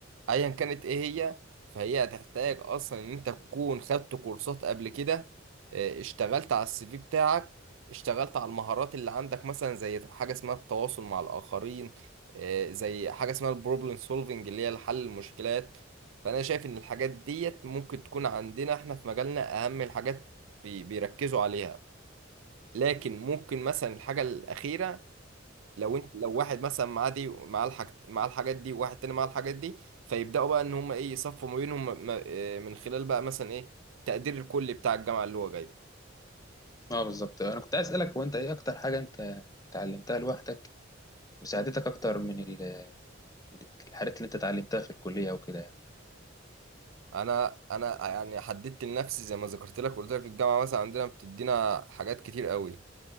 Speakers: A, on the right; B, on the left.
A: ايا كانت ايه هي فهي هتحتاج اصلا ان انت تكون خدت كورسات قبل كده آه، اشتغلت على السي في بتاعك اشتغلت على المهارات اللي عندك مثلا زي حاجه اسمها التواصل مع الاخرين آه، زي حاجه اسمها البروبلم سولفنج اللي هي حل المشكلات فانا شايف ان الحاجات ديت ممكن تكون عندنا احنا في مجالنا اهم الحاجات بي- بيركزوا عليها لكن ممكن مثلا الحاجه الاخيره لو انت لو واحد مثلا معاه دي معاه الحاج معاه الحاجات دي وواحد تاني معاه الحاجات دي فيبداوا بقى ان هم ايه يصفوا ما بينهم م- م- آه، من خلال بقى مثلا ايه التقدير الكلي بتاع الجامعه اللي هو جايبه
B: اه بالظبط انا كنت عايز اسالك هو انت ايه اكتر حاجه انت اتعلمتها لوحدك وساعدتك اكتر من ال- من الحاجات اللي انت اتعلمتها في الكليه وكده يعني
A: انا انا يعني حددت لنفسي زي ما ذكرت لك قلت لك الجامعه مثلا عندنا بتدينا حاجات كتير قوي